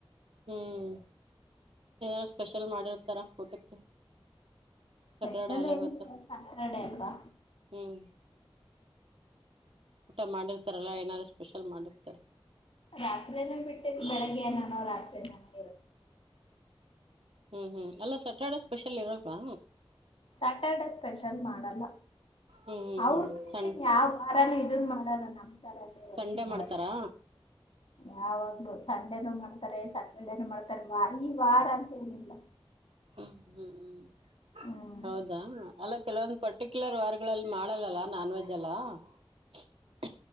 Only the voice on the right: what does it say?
ಹ್ಮ್ ಏನೋ ಸ್ಪೆಷಲ್ ಮಾಡಿರ್ತಾರ ಊಟಕ್ಕೆ.
ಸ್ಯಾಟರ್ಡೆ ಅಲ್ಲ
ಇವತ್ತು
ಹ್ಮ್ ಊಟ ಮಾಡಿರ್ತಾರಲ್ಲಾ ಏನಾದ್ರು ಸ್ಪೆಷಲ್ ಮಾಡಿರ್ತಾರೆ.
ಹ್ಮ್ ಹ್ಮ್ ಅಲ್ಲ ಸ್ಯಾಟರ್ಡೇ ಸ್ಪೆಷಲ್ ಇರಲ್ವಾ
ಹ್ಮ್
ಹ್ಮ್
ಸಣ್
ಸಂಡೇ
ಮಾಡ್ತಾರಾ
ಹ್ಮ್ ಹ್ಮ್
ಹೌದಾ ಅಲ್ಲ ಕೆಲವೊಂದು ಪರ್ಟಿಕ್ಯುಲರ್ ವಾರಗಳಲ್ಲಿ ಮಾಡಲ್ಲಲ್ಲ ನಾನ್ ವೆಜ್ ಎಲ್ಲ <inaudible>